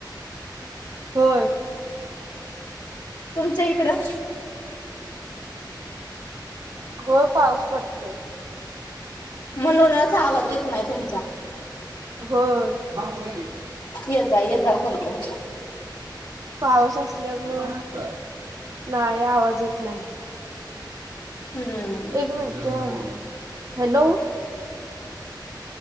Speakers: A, on the right; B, on the left.
A: होय.
B: तुमच्या इकडं?
A: व्हय पाऊस पडतोय.
B: म्हणूनच आवाज येत नाही तुमचा.
A: हो. हा बोला की,
B: येजा-येजा <unintelligible>
A: पाऊस असल्यामुळे नाही, आवाज येत नाही.
B: हम्म
A: एक मिनिटं, हॅलो.